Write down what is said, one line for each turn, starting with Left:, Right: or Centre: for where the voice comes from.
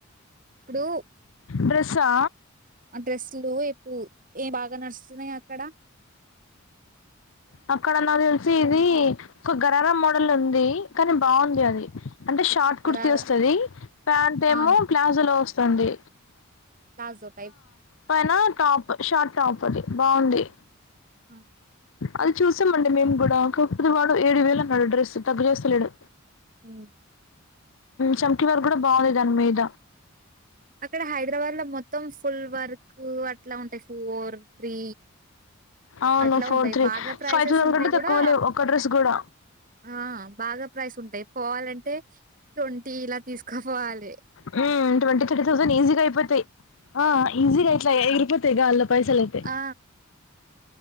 Right: ప్పుడు
Left: డ్రెస్సా
Right: అంటే స్లు ఎప్పు ఎ బాగా నడుస్తున్నాయి క్కడ
Left: అక్కడ నాకు తెలిసి ఇది కుగ్గారాల మోడల్ ఉంది కానీ బావుంది అది అంటే షార్ట్
Right: గరారా
Left: కుర్తి ఓస్తది ప్యాంట్ ఏమో
Right: ఆ
Left: ప్లాజో లో ఒస్తంది
Right: జో టైప్
Left: పైన టాప్ షార్ట్ టాప్ అది బావుంది
Right: ఆ
Left: అది చూసామండి మేము కూడా కాకపోతే వాడు ఏడు వెల్ అన్నాడు డ్రెస్సు తగ లెసలేదు
Right: మ్
Left: చమ్కలర్ కూడా బాలే దాని మీద
Right: అక్కడ హైదరాబాద్ లో మొత్తం ఫుల్ వర్క్ అట్లా ఉంటాయి ఫోర్ త్రీ
Left: అవును
Right: అట్లా
Left: ఫోర్
Right: ఉంటాయి
Left: త్రీ
Right: బాగా ప్రైసెస్
Left: ఫైవ్ థౌసండ్
Right: ఉంటాయ్
Left: కంటే
Right: కూడా
Left: తక్కువ లేవు ఒక డ్రెస్ కూడా
Right: ఆ బాగా ప్రైస్ ఉంటయి పోవాలంటే తొంటి ఇలా తీసుకో వోవాలి
Left: హ్మ్ ట్వంటీ థర్టీ తౌసండ్ ఈజిగా అయిపోతేయి ఆ ఈజిగా అయితాయే పోతయి గాల్లో పైసల్ అయితే
Right: ఆ